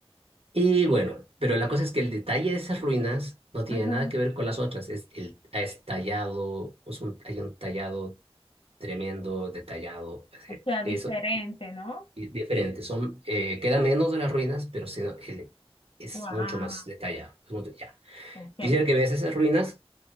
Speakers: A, on the right (about 70°); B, on the left (about 55°).
A: Y bueno, pero la cosa es que el detalle de esas ruinas no tiene
B: ajá.
A: nada que ver con las otras, es el es tallado, es un- hay un tallado tremendo, detallado, así,
B: O sea,
A: eso
B: diferente, ¿no?
A: y diferente, son, eh, queda menos de las ruinas, pero sino- el- es
B: Wow.
A: mucho más detallado. es mucho- ya.
B: Ok.
A: Quisiera que veas esas ruinas.